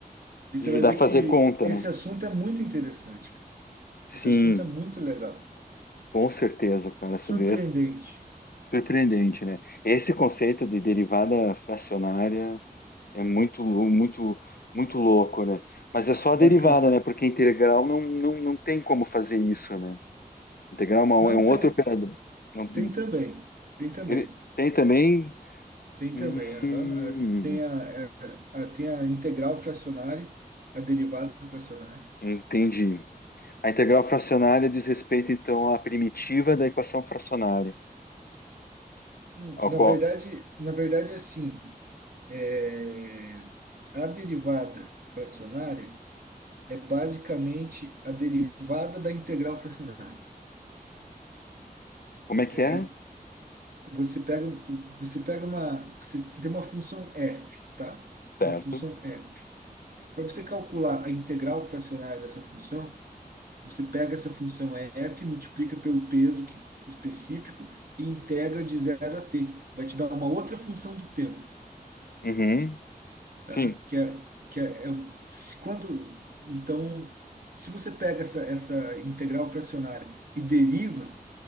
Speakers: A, on the right (about 70°); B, on the left (about 75°).
A: E você
B: e ajudar
A: vai ver
B: a fazer
A: que
B: conta,
A: esse
B: né?
A: assunto é muito interessante, cara.
B: Sim,
A: Esse assunto é muito legal.
B: com certeza, cara. Essa
A: Surpreendente.
B: ideia Surpreendente, né? Esse conceito de derivada fracionária é muito, lou- muito, muito louco, né? Mas é só a
A: Bacana.
B: derivada, né? Porque integral não, não, não tem como fazer isso, né? Integral é uma-
A: Não,
B: é um
A: tem,
B: outro operador. Não-
A: tem também. Tem também.
B: Ele tem também.
A: Tem
B: Hum,
A: também. aham. A- Tem a, a, a- tem a integral fracionária, a derivada fracionária.
B: entendi. A integral fracionária diz respeito, então, à primitiva da equação fracionária.
A: Hum,
B: Ao
A: Na
B: qual...
A: verdade, na verdade, assim, é, a derivada fracionária é basicamente a derivada da integral fracionária.
B: Como
A: Entendeu?
B: é que é?
A: Você pega, um- você pega uma, você tem uma função f, tá?
B: Certo.
A: Uma função f. Para você calcular a integral fracionária dessa função, você pega essa função f, multiplica pelo peso que- específico e integra de zero a t. Vai te dar uma outra função do tempo,
B: Uhum.
A: tá?
B: Sim,
A: Que é, que é, é um- se- quando, então, se você pega essa, essa integral fracionária e deriva